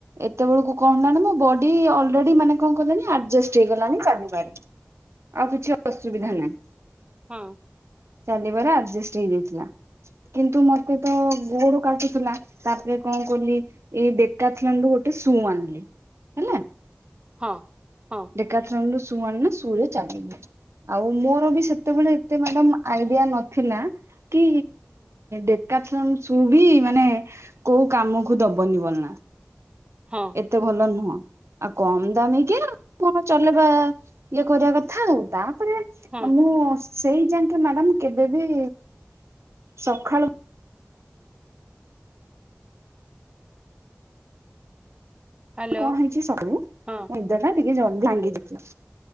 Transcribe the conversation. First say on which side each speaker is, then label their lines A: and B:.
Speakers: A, on the right; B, on the right.
A: ଏତେବେଳକୁ କଣ ହେଲାଣି ମୋ ବଡି ଅଲରେଡି ମାନେ କଣ କଲାଣି ଆଡଜଷ୍ଟ ହେଇଗଲାଣି ଚାଲିବାରେ। ଆଉ କିଛି ଅସୁବିଧା ନାହିଁ।
B: ହଁ।
A: ଚାଲିବାର ଆଡଜେଷ୍ଟ ହେଇଯାଇଥିଲା। କିନ୍ତୁ ମତେ ତ ଗୋଡ କାଟୁଥିଲା ତାପରେ କଣ କଲି ଏଇ ଡେକାଥଲୋନ ରୁ ଗୋଟେ ସୁ ଆଣିଲି ହେଲା।
B: ହଁ ହଁ।
A: ଡେକାଥଲୋନ ରୁ ସୁ ଆଣିନା ସୁରେ ଚାଲିଲି। ଆଉ ମୋର ବି ସେତେବେଳେ ଏତେ ମ୍ୟାଡାମ ଆଇଡିଆ ନଥିଲା। କି ଡେକାଥଲୋନ ସୁ ବି ମାନେ କୋଉ କାମକୁ ଦବନି ବଲ ନା।
B: ହଁ
A: ଏତେ ଭଲ ନୁହଁ। ଆଉ କମ ଦାମିକିଆ କଣ ଚଲେଇବା ଇଏ କରିବା କଥା। ଆଉ ତାପରେ
B: ହଁ
A: ମୁଁ ସେଇ ଯାଙ୍କେ ମ୍ୟାଡାମ କେବେବି ସଖାଳୁ
B: ହ୍ୟାଲୋ
A: କଣ ହେଇଛି ସବୁ ମୋ
B: ହଁ
A: ନିଦଟା ଜଲଦି ଟିକେ ଭାଙ୍ଗିଯାଇଚି।